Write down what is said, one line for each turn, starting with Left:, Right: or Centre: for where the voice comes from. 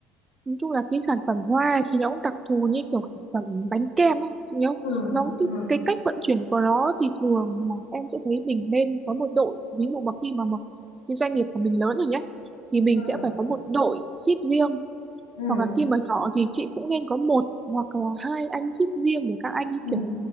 Right: nói chung là cái sản phẩm hoa thì nó cũng đặc thù như kiểu sản phẩm bánh kem á chị nhớ không?
Left: ừ
Right: nó
Left: Ừ.
Right: cái, cái cách vận chuyển của nó thì thường là em sẽ thấy mình nên có một đội ví dụ mà khi mà một cái doanh nghiệp của mình lớn rồi nhé thì mình
Left: ừ
Right: sẽ phải có một đội ship riêng
Left: ừ
Right: hoặc là khi mà nhỏ thì chị cũng nên có một hoặc là hai anh ship riêng để các anh ấy
Left: ừ
Right: kiểu